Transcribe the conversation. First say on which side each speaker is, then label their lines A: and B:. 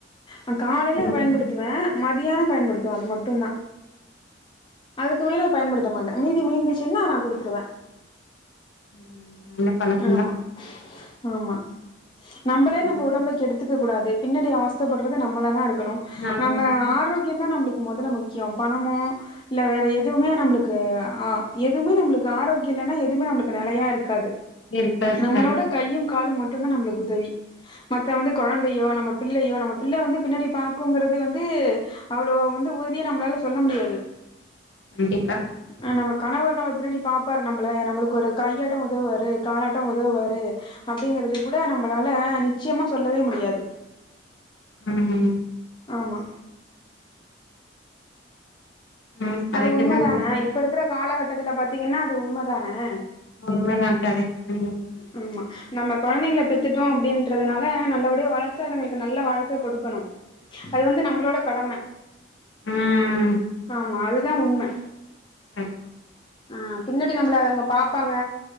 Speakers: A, on the left; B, on the left.
A: ஆ காலையிலே பயன்படுத்துவ
B: ம்
A: மதியானோ பயன்படுத்துவ அது மட்டும் தா அதுக்கு மேல பயன்டுத்த மாட்ட மீதி மீந்தந்துச்சின்னா நா குடுத்துருவே
B: ம் பழக்கந்தா
A: ஆமா ஆமா நம்மளே
B: ம்
A: நம்ம உடம்ப கேடுத்துக்க கூடாது பின்னாடி அவஸ்தப்படுறது நம்மள தா இருக்கணும்
B: நாம
A: நம்ம ஆரோக் கியம் நம்மளுக்கு முதல்ல முக்கியோ பணமோ இல்ல வேற எதுவுமே நம்மளுக்கு ஆ எதுவுமே நம்மளுக்கு ஆரோக்கியம் இல்லன்னா எதுவுமே நம்மளுக்கு நிலையா இருக்காது
B: இருக்காரு
A: நம்மளோட
B: கரெக்ட்
A: கையு காலு மட்டும் தா நம்மளக்கு உதவி மத்த வந்து குழந்தையோ நம்ம பிள்ளையோ நம்ம பிள்ள வந்து பின்னாடி பாக்குங்கிறது வந்து அவ்வளோ வந்து ஊறுதியே நம்மளால சொல்ல முடியாது
B: கண்டிப்பா
A: ஆ நம்ம கணவர் நம்ம பின்னாடி பாப்பாரு நம்மள நம்மளுக்கு ஒரு கையாட்டோ உதவுவாரு காலட்டோ உதவுவாரு அப்படிங்கறது கூட நம்மளால நிச்சயமா சொல்லவே முடியாது
B: ம்
A: ஆமா
B: ம் கரெக்ட்
A: அது உண்மதானே
B: தா நீங்க சொல்றது
A: இப்ப இருக்கிற காலகட்டத்துல பாத்தீங்கன்னா அது உண்மதானே
B: உண்ம தா கரெக்ட் சொல்றது
A: ஆமா நம்ம குழந்தைங்க பெத்துட்டோ அப்படின்றதுனால நல்லபடியா வளர்த்து அதுங்களுக்கு நல்ல வாழ்க்க கொடுக்கணும் அது வந்து நம்மளோட கடம
B: ம்
A: ஆமா அதுதா உண்மை
B: சரி
A: ஆ பின்னாடி நம்மள அவங்க பாப்பாங்க